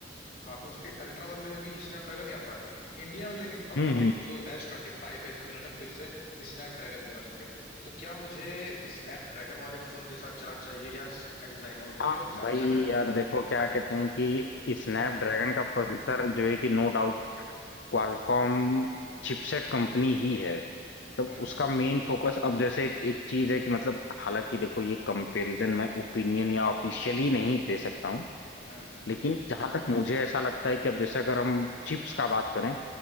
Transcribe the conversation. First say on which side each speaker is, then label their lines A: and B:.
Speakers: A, on the left; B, on the left.
A: हाँ तो उसके अल्ट्रा वाले में भी स्नैपड्रैगन ही आता है इंडिया में लेकिन अब
B: हम्म
A: अब
B: हम्म।
A: जो एस ट्वेंटी फाइव है इसमें उन्होंने फिर से स्नैपड्रैगन देना शुरू किया तो क्या मुझे स्नैपड्रैगन वाले फोन के साथ जाना चाहिए या एक्साइनोज क्योंकि
B: हाँ
A: अब सैमसंग
B: भाई
A: है
B: यार देखो क्या कहते हैं कि स्नैपड्रैगन
A: हम्म हम्म
B: का प्रोसेसर जो है कि no doubt Qualcomm chipset company ही है तो
A: हम्म
B: उसका
A: हम्म
B: मेन फोकस अब जैसे एक, एक चीज है कि मतलब हालांकि देखो ये कंपैरिजन मैं ओपिनियन या ऑफिशियली नहीं दे सकता हूँ
A: हम्म,
B: लेकिन जहां तक मुझे ऐसा लगता है कि अब जैसे अगर हम चिप्स का बात करें